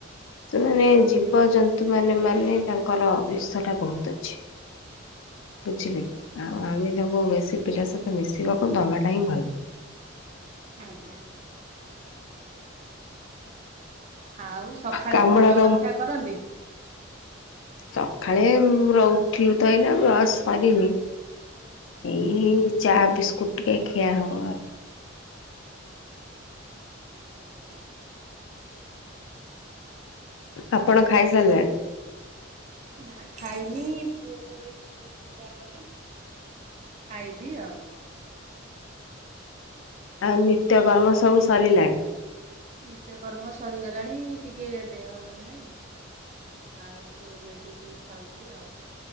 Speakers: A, on the left; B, on the right.
A: ତାମାନେ ଜୀବଜନ୍ତୁ
B: ଆଜ୍ଞା ଆଜ୍ଞା
A: ମାନେ ମାନେ ତାଙ୍କର ବିସଟା ବହୁତ ଅଛି ବୁଝିଲେ ଆଉ ଆମେ ତାଙ୍କୁ ବେଶୀ ପିଲା ସହିତ ମିଶିବାକୁ ଦବାଟା ହିଁ ଭଲ
B: ଆଞ। ଆଉ ସଖାଳେ
A: କାମୁଡା
B: କଣ ଜଳକ୍ଷା
A: କାମ
B: କରନ୍ତି।
A: ସକାଳେ ର ଉଠିଲୁ ତ ଏଇନା ବ୍ରସ ସରିନି ଏଇ ଚା ବିସ୍କୁଟ ଟିକେ ଖିଆ ହବ ଆଉ।
B: ଆଜ୍ଞା।
A: ଆପଣ ଖାଇ ସାରିଲେ।
B: ନା ଖାଇନି ପୁଅକୁ ଏବେ ସ୍କୁଲ ବିଦା କଲି ଖାଇବି ଆଉ।
A: ଆ ନିତ୍ୟ କର୍ମ ସବୁ ସାରିଲାଣି
B: ନିତ୍ୟକର୍ମ ସରିଗଲାଣି ଟିକେ ଦେହ ଭଲ ନହିଁ ଆଉ ଟିକେ ମେଡ଼ିସିନ୍ ଖାଉଛି ଆଉ।